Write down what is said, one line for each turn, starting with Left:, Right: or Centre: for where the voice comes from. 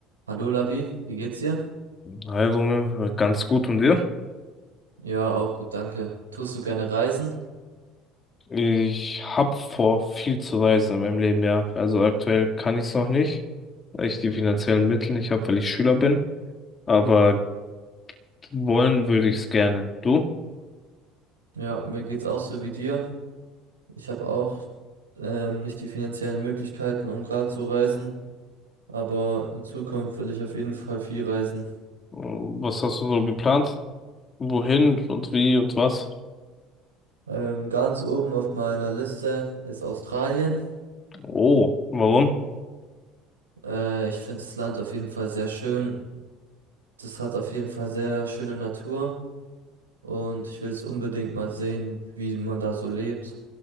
Right: Hallo Labi, wie geht's dir?
Left: Also, ne, ganz gut und dir?
Right: Ja, auch gut, danke. Tust du gerne reisen?
Left: Ich hab vor, viel zu reisen in meinem Leben, ja. Also aktuell kann ich es noch nicht, weil ich die finanziellen Mittel nicht habe, weil ich Schüler bin. Aber wollen würde ich es gerne. Du?
Right: Ja, mir geht's auch so wie dir. Ich habe auch ähm, nicht die finanziellen Möglichkeiten, um gerade zu reisen, aber in Zukunft will ich auf jeden Fall viel reisen.
Left: Was hast du so geplant? Wohin und wie und was?
Right: Ähm, ganz oben auf meiner Liste ist Australien.
Left: Oh, warum?
Right: Äh, ich finde das Land auf jeden Fall sehr schön. Das hat auf jeden Fall sehr schöne Natur und ich will es unbedingt mal sehen, wie man da so lebt,